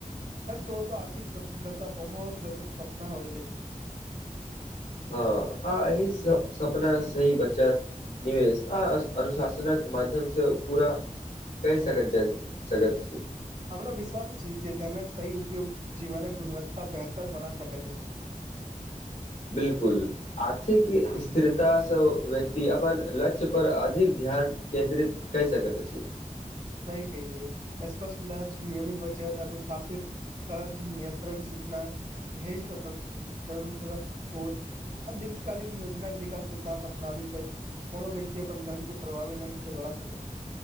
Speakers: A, on the right; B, on the left.
A: सच कहू तऽ आर्थिक स्वतंत्रता बहुत लोकके सपना होइ तऽ छै
B: हँ आ एहि सपना सी बचत निवेश आ अनुशासनक माध्यमसँ ओ पूरा क सकैत जा सकैत छय
A: हमरा विश्वास अछी जे धनक सही उपयोग जीवनक गुणवत्ता बेहतर बना सकैत अछि
B: बिलकुल आर्थिक स्थिरतासँ व्यक्ति अपन लक्ष्य पर अधिक ध्यान केन्द्रित कहि सकत अछि
A: सह के लि स्पष्ट लक्ष्य नियमित बचत अनुशासित खर्च नियन्त्रण सिखनाइ धत तत्त्र सोच दीर्घकालीन योजना जे एक सिद्धांत अपनाबी के कोनो व्यक्ति अपन धन के प्रभावी ढंग से बढ़ा सकत